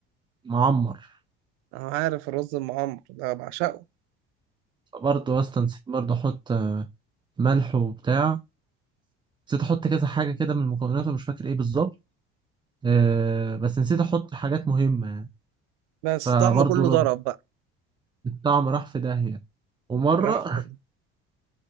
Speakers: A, on the right (about 15°); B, on the right (about 80°).
A: معمر
B: انا عارف الرز المعمر ده بعشقه
A: برضه اصلا نسيت برضه احط ملح وبتاع نسيت احط كذا حاجه كده من المكونات ومش فاكر ايه بالظبط آه بس نسيت احط حاجات مهمه يعني
B: بس
A: فبرضه
B: طعمه كله
A: ر-
B: ضرب بقى
A: الطعم راح في داهيه ومره
B: راح في-
A: <laughs>